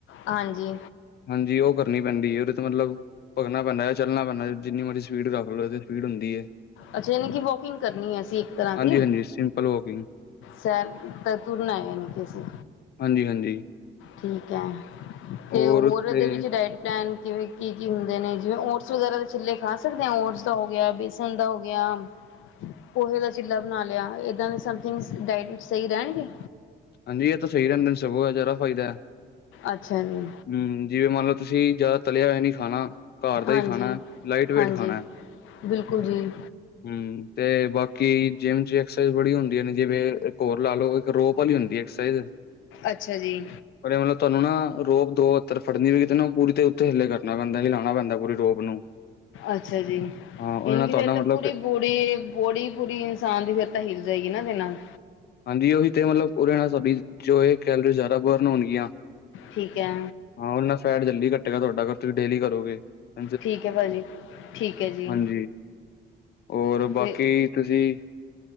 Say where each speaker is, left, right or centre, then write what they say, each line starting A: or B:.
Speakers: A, on the left; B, on the left.
A: ਹਾਂਜੀ।
B: ਹਾਂਜੀ ਉਹ ਕਰਨੀ ਪੈਂਦੀ ਏ ਉਹਦੇ ਤਾਂ ਮਤਲਬ ਭਗਣਾ ਪੈਂਦਾ ਏ ਚੱਲਣਾ ਪੈਂਦਾ ਜਿੰਨੀ ਮਰਜ਼ੀ ਸਪੀਡ ਰੱਖ ਲਓ ਇਹ ਸਪੀਡ ਹੁੰਦੀ ਏ।
A: ਅੱਛਾ, ਯਾਨੀ ਕਿ ਵੋਕਿੰਗ ਕਰਨੀ ਹੈ ਅਸੀਂ ਤਰ੍ਹਾਂ
B: ਹਾਂਜੀ-ਹਾਂਜੀ
A: ਦੀ,
B: ਸਿੰਪਲ ਵੋਕਿੰਗ
A: ਸੈਰ ਤਾਂ ਤੁਰਨਾ ਆ ਜਾਣੀ ਕੇ ਅਸੀਂ
B: ਹਾਂਜੀ-ਹਾਂਜੀ।
A: ਠੀਕ ਐ, ਅਤੇ
B: ਔਰ
A: ਹੋਰ
B: ਉੱਥੇ
A: ਇਹਦੇ ਵਿੱਚ ਡਾਇਟ ਪਲੈਨ ਕਿਵੇਂ ਕੀ-ਕੀ ਹੁੰਦੇ ਨੇ, ਜਿਵੇਂ ਓਟਸ ਵਗੈਰਾ ਦੇ ਚਿੱਲੇ ਖਾ ਸਕਦੇ ਆ, ਓਟਸ ਦਾ ਹੋ ਗਿਆ, ਬੇਸਨ ਦਾ ਹੋ ਗਿਆ। ਪੋਹੇ ਦਾ ਚੀਲਾ ਬਣਾ ਲਿਆ, ਏਦਾਂ ਦੇ ਸਮਥਿੰਗ ਡਾਇਟ ਵਿੱਚ ਸਹੀ ਰਹਿਣਗੇ।
B: ਹਾਂਜੀ, ਇਹ ਤਾਂ ਸਹੀ ਰਹਿੰਦੇ ਦਿਨ ਸਗੋਂ ਜ਼ਾਰਦਾ ਫਾਇਦਾ ਹੈ।
A: ਅੱਛਾ ਜੀ‌।
B: ਹਮ, ਜਿਵੇਂ ਮੰਨ ਲਓ ਤੁਸੀਂ, ਜਿਆਦਾ ਤਲਿਆ ਹੋਇਆ ਨੀ ਖਾਣਾ। ਘਾਰ ਦਾ
A: ਹਾਂਜੀ
B: ਹੀ ਖਾਣਾ, ਲਾਈਟ ਵੇਟ
A: ਹਾਂਜੀ
B: ਖਾਣਾ।
A: ਬਿਲਕੁਲ ਜੀ।
B: ਹਮ ਤੇ ਬਾਕੀ ਜਿੰਮ 'ਚ' ਐਕਸਰਸਾਈਜ਼ ਬੜੀ ਹੁੰਦੀਆਂ ਨੇ ਜਿਵੇਂ ਹੋਰ ਲਾ ਲਓ ਇੱਕ ਰੋਪ ਉਹ ਨੀ ਹੁੰਦੀ ਐਕਸਾਈਜ਼
A: ਅੱਛਾ ਜੀ
B: ਪਰ ਤੁਹਾਨੂੰ ਨਾ ਰੋਪ ਦੋ ਫੜਨੀ ਵੀ ਕਿਨੂੰ ਪੂਰੀ ਤੇ ਉੱਤੇ ਹਿੱਲੇ ਕਰਨਾ ਪੈਂਦਾ ਹਿਲਾਉਣਾ ਪੈਂਦਾ ਪੂਰੀ ਰੋਪ ਨੂੰ
A: ਅੱਛਾ ਜੀ,
B: ਹਾਂ, ਉਹਦੇ
A: ਜਾਂਨੀ
B: ਨਾਲ
A: ਕੇ
B: ਤੁਹਾਡਾ
A: ਫਿਰ ਤਾਂ
B: ਮਤਲਬ
A: ਪੂਰੀ
B: ਕਿ
A: ਪੂਰੀ ਬੋੜੀ ਪੂਰੀ, ਇਨਸਾਨ ਦੀ ਫਿਰ ਤਾਂ ਹਿਲ ਜਾਏਗੀ ਨਾ ਇਹ ਨਾਲ
B: ਹਾਂਜੀ, ਉਹੀ ਤੇ ਮਤਲਬ ਉਹਦੇ ਨਾਲ ਸਾਡੀ ਜੋ ਇਹ ਕੈਲਰੀ ਜ਼ਿਆਦਾ ਬਰਨ ਹੋਣਗੀਆਂ
A: ਠੀਕ ਐ।
B: ਹਾਂ, ਉਹ ਨਾਲ ਫੈਟ ਜਲਦੀ ਕੱਟੇਗਾ ਤੁਹਾਡਾ ਕਰ ਤੁਸੀਂ ਡੇਲੀ ਕਰੋਗੇ। ' <unintelligible> '
A: ਠੀਕ ਹੈ ਭਾਜੀ ਠੀਕ ਹੈ ਜੀ
B: ਹਾਂਜੀ ਹੋਰ ਬਾਕੀ।
A: ਤੇ
B: ਤੁਸੀਂ